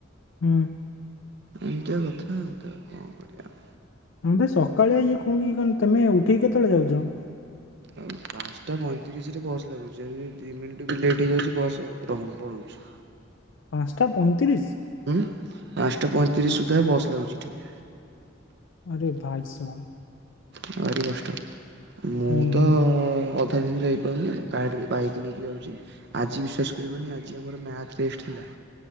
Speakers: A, on the left; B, on the right.
A: ହୁଁ।
B: ଏମିତିଆ କଥା ଆଉ ତ ଆଉ କଣ କରିବା?
A: ହଁ ଭାଇ ସକାଳିଆ ଇଏ କଣ ଇଏ କଣ ତମେ ଉଠିକି କେତେବେଳେ ଯାଉଛ?
B: ଆଉ। ପାଞ୍ଚଟା ପଇଁତିରିଶ ରେ ବସ୍ ଲାଗୁଛି ଦି ମିନିଟ ବି ଲେଟ୍ ହେଇଯାଉଛି ବସ୍ ରହୁନି ପଳଉଛି।
A: ପାଞ୍ଚଟା ପଇଁତିରିଶ।
B: ହୁଁ ପାଞ୍ଚଟା ପଇଁତିରିଶ
A: ଆ
B: ସୁଦ୍ଧା ବସ୍ ଲାଗୁଛି ଠିକ।
A: ଆରେ ଭାଇ ସା।
B: ଭାରି କଷ୍ଟ ମୁଁ
A: ହୁଁ
B: ତ
A: ହୁଁ ହୁଁ।
B: ଚାଲିଲି ଯାଇପାରୁନି ମୁ ଗାଡ଼ିରେ ବାଇକ୍ ନେଇକି ଯାଉଛି। ଆଜି ବିଶ୍ୱାସ କରିବନି ଆଜି ଆମର ମ୍ୟାଥ ଟେଷ୍ଟ ଥିଲା।